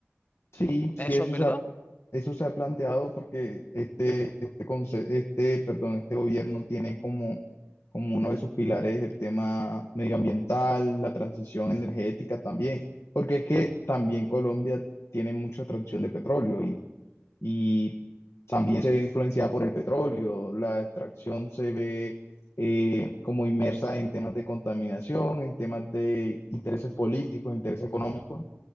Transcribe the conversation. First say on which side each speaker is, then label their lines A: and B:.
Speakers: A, on the left (about 75°); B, on the left (about 40°).
A: Sí,
B: ¿Eso
A: sí, eso
B: es verdad?
A: se ha, eso se ha planteado porque este, este, conce- este, perdón, este gobierno tiene como, como uno de sus pilares el tema medioambiental, la transición energética también, porque es que también Colombia tiene mucha extracción de petróleo y, y también se ve influenciada por el petróleo, la extracción se ve eh, como inmersa en temas de contaminación, en temas de intereses políticos, intereses económicos